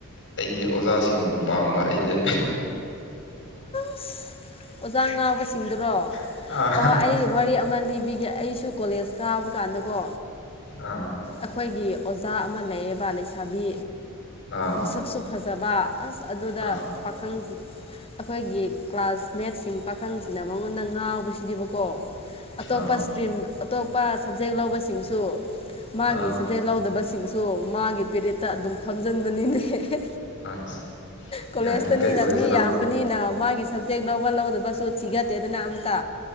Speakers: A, on the left; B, on the left.
A: ꯑꯩꯒꯤ ꯑꯣꯖꯥꯁꯤꯡꯕꯨ ꯄꯥꯝꯕ ꯑꯩꯗꯤ
B: ꯑꯁ ꯑꯣꯖꯥ ꯉꯥꯎꯕꯁꯤꯡꯗꯨꯔꯣ
A: ꯑꯥ
B: ꯑꯣ ꯑꯩ ꯋꯥꯔꯤ ꯑꯃ ꯂꯤꯕꯤꯒꯦ ꯑꯩꯁꯨ ꯀꯣꯂꯦꯖ ꯀꯥꯕ ꯀꯥꯟꯗꯀꯣ
A: ꯑꯥ
B: ꯑꯩꯈꯣꯏꯒꯤ ꯑꯣꯖꯥ ꯑꯃ ꯂꯩꯌꯦꯕ ꯂꯩꯁꯥꯕꯤ
A: ꯑꯥ
B: ꯃꯁꯛꯁꯨ ꯐꯖꯕ ꯑꯁ ꯑꯗꯨꯗ
A: ꯑꯥ
B: ꯄꯥꯈꯪ ꯑꯩꯈꯣꯏꯒꯤ ꯀ꯭ꯂꯥꯁꯃꯦꯠꯁꯤꯡ ꯄꯥꯈꯪꯁꯤꯅ ꯃꯉꯣꯟꯗ ꯉꯥꯎꯕꯁꯤꯗꯤꯕꯀꯣ ꯑꯇꯣꯞꯄ
A: ꯑꯥ
B: ꯁ꯭ꯇꯔꯤꯝ ꯑꯇꯣꯞꯄ ꯁꯕꯖꯦꯛ ꯂꯧꯕꯁꯤꯡꯁꯨ ꯃꯥꯒꯤ
A: ꯑꯥ
B: ꯁꯕꯖꯦꯛ ꯂꯧꯗꯕꯁꯤꯡꯁꯨ ꯃꯥꯒꯤ ꯄꯦꯔꯤꯍꯠꯇ ꯑꯗꯨꯝ ꯐꯝꯖꯤꯟꯕꯅꯤꯅꯦ ꯑꯦ
A: ꯑꯁ
B: ꯀꯣꯂꯦꯖꯇꯅꯤꯅ
A: ꯌꯥꯏꯅꯦ ꯀꯩ ꯀꯣꯂꯦꯖꯇꯅꯣ
B: ꯃꯤ ꯌꯥꯝ ꯕꯅꯤꯅ ꯃꯥꯒꯤ ꯁꯕꯖꯦꯛ ꯂꯧꯕ ꯂꯧꯗꯕꯁꯨ ꯊꯤꯒꯠꯇꯦꯗꯅ ꯑꯃꯇ